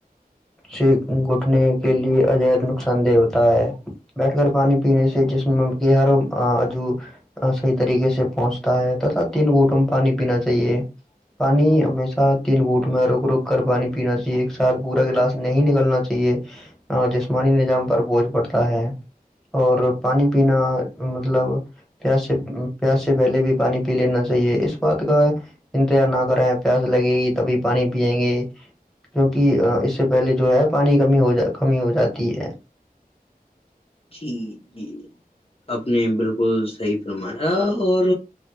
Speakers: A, in the centre; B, on the left (about 40°).
A: سے گھٹنے کے لیے عجاید نقصان دہ ہوتا ہے بیٹھ کر پانی پینے سے جسم کے ہر عجو صحیح طریقے سے پہنچتا ہے تتا تین گھٹوں میں پانی پینا چاہیے پانی ہمیشہ تین گوٹ میں روک روک کر پانی پینا چاہیے ایک ساتھ پورا گلاس نہیں نکلنا چاہیے جسمانی نظام پر بوجھ پڑتا ہے اور پانی پین مطلب پس سے پیاس سے پہلے بھی پانی پی لینا چاہیے اس بات کا انتظار نہ کرے پیاس لگے گی تبھی پانی پیئیں گے کیونکہ اس سے پہلے جو ہے پانی کمی ہو کمی ہو جاتی ہے
B: جی جی آپ نے بالکل صحیح فرمایا اور